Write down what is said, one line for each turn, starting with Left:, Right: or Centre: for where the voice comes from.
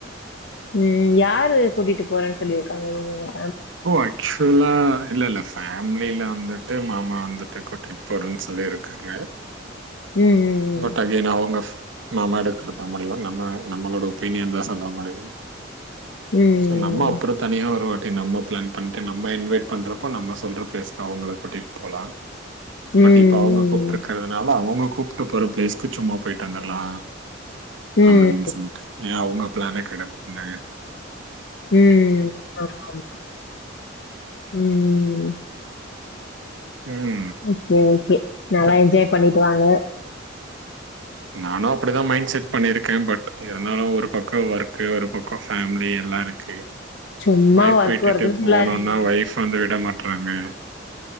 Left: ம் யாரு கூட்டிட்டு போறேன் சொல்லிருக்காங்க இவுங்கள
Right: ஒ ஆக்சுவலா இல்லல்ல ஃபேம்லில வந்துட்டு மாமா வந்துட்டு கூட்டிட் போறன் சொல்லிருக்காங்க
Left: ம், ம்,
Right: பட் அகெய்ன் அவுங்க மாமா எடுக்கறதா முடிவு நம்ம நம்மளோட ஒப்பீனியன் தா சொல்ல முடியு
Left: ம்.
Right: சோ நம்ம அப்புறோ தனியா ஒருவாட் டி நம்ம பிளான் பண்ட்டு நம்ம இன்வைட் பண்றப்போ நம்ம சொல்ற பிளேஸ்கு அவுங்கள கூட்டிட் போலா
Left: ம்,
Right: பட்டு இப்ப அவுங்க கூப்ட்டுருக்கறதுனால அவுங்க கூப்புட் டு போற ப்ளேஸ்க்கு சும்மா போயிட்டு வந்தற்லா
Left: ம், ம்.
Right: அப்டின்
Left: ம்,
Right: சொல்லிட்ட எ அவுங்க ப்ளான <unintelligible>
Left: ம் ம ஆமா ஆமா ம் ம்
Right: ம்
Left: ஓகே ஓகே நல்லா என்ஜாய் பண்ணிட்டு வாங்க
Right: நானு அப்படிதா மைண்ட் செட் பண்ணிருக்கே பட் இருந்தாலு ஒரு பக்க ஒர்க் ஒரு பக்கோ ஃபேமிலி எல்லா இருக்கு
Left: சும்மா
Right: ஒய்ஃப்
Left: ஒர்க்
Right: விட்டுட்டு
Left: ஒர்க்ன்னு சொல்லாதீங்க.
Right: போனோனா ஒயஃப் வந்து விட மாட் ட்றாங்க